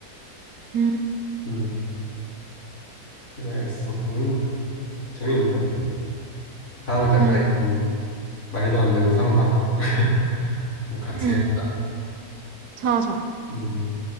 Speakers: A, on the right (about 80°); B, on the left (about 60°).
A: 음,
B: 음, 그래야겠어. 음, 재밌는데? 다음에 약간
A: 그러니까.
B: 이런 말도 안 되는 상상. <laughs> 뭐 같이
A: 응,
B: 해보자.
A: 좋아, 좋아.
B: 음.